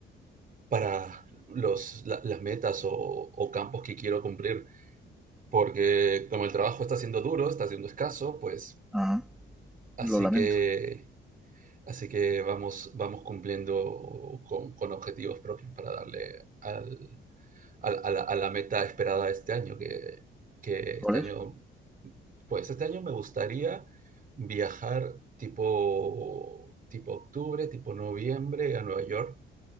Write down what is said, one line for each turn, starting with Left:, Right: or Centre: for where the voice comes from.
Right: para los, la- las metas o, o campos que quiero cumplir. porque como el trabajo está siendo duro, está siendo escaso, pues
Centre: Ajá,
Right: así
Centre: lo lamento.
Right: que, así que vamos, vamos cumpliendo con, con objetivos propios para darle al- al- a, la, a la meta esperada este año, que, que este
Centre: ¿Cuál
Right: año,
Centre: es?
Right: pues este año me gustaría viajar tipo, tipo octubre, tipo noviembre a Nueva York